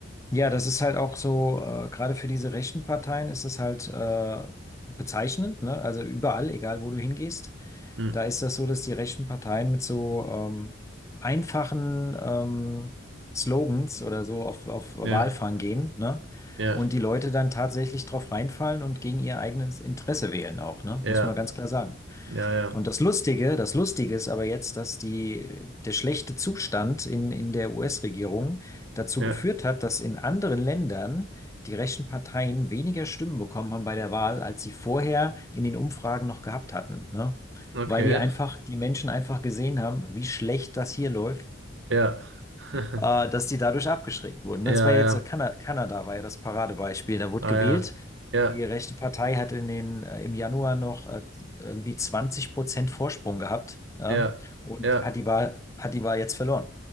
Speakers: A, on the left; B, on the right.
A: Ja, das ist halt auch so, äh, gerade für diese rechten Parteien ist es halt äh, bezeichnend, ne? Also überall, egal wo du hingehst,
B: Hm.
A: da ist das so, dass die rechten Parteien mit so ähm, einfachen ähm, Slogans oder so auf, auf Wahlfang
B: Ja,
A: gehen, ne?
B: ja,
A: Und die Leute dann tatsächlich drauf reinfallen und gegen ihr eigenes Interesse wählen auch, ne?
B: ja,
A: Muss man ganz klar sagen.
B: ja, ja,
A: Und das Lustige, das Lustige ist aber jetzt, dass die, der schlechte Zustand in, in der US-Regierung dazu
B: ja,
A: geführt hat, dass in anderen Ländern die rechten Parteien weniger Stimmen bekommen haben bei der Wahl, als sie vorher in den Umfragen noch gehabt hatten, ne?
B: okay,
A: Weil die einfach, die Menschen einfach gesehen haben, wie schlecht das hier läuft
B: ja, <laughs>
A: äh, dass die dadurch abgeschreckt wurden.
B: ja,
A: ne? Das war ja
B: ja,
A: jetzt Kanada, Kanada war ja das Paradebeispiel. Da wurde
B: ah,
A: gewählt.
B: ja, ja,
A: Die rechte Partei hat in den, äh, im Januar noch äh, irgendwie 20 Prozent Vorsprung gehabt, ja,
B: ja,
A: und
B: ja,
A: hat die Wahl, hat die Wahl jetzt verloren.